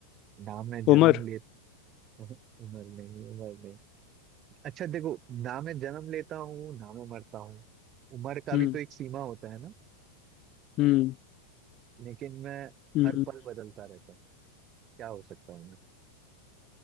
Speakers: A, on the right; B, on the left.
A: ना मैं जन्म
B: उम्र
A: लेता उम्र नहीं उम्र नहीं अच्छा देखो ना मैं जन्म लेता हूँ ना मैं मरता हूँ उम्र का
B: हम्म
A: भी तो एक सीमा होता है ना
B: हम्म
A: लेकिन मैं
B: हम्म
A: हर पल बदलता रहता हूँ क्या हो सकता हूँ मैं